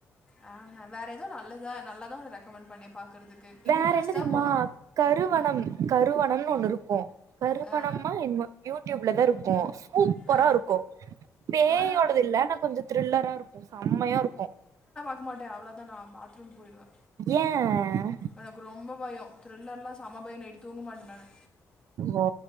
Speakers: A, on the left; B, on the right.
A: ஆ வேற ஏதோ நல்லதா நல்லாதா ரெக்கமெண்ட் பண்ணி பாக்குறதுக்கு
B: வேற
A: இன்ட்ரெஸ்ட்டா
B: என்ன தெரியுமா
A: போனு
B: கருவணம் கருவணம்னு ஒண்ணு இருக்கு கருவணம்மா
A: ஆ
B: என் யூடியூப்ல தான் இருக்கு சூப்பரா
A: ஆ
B: இருக்கு பேயோடது
A: ஆ
B: இல்ல கொஞ்சோ த்ரில்லரா இருக்கு செம்மையா இருக்கு
A: போக்க மாட்டே அவ்வளோ தா நான் பாத்ரூம் போயிடுவே
B: ஏன்
A: எனக்கு ரொம்ப பயோ த்ரில்லர் எல்லா செம பயோ நைட்டு தூங்க மாட்டே நானு
B: ஓ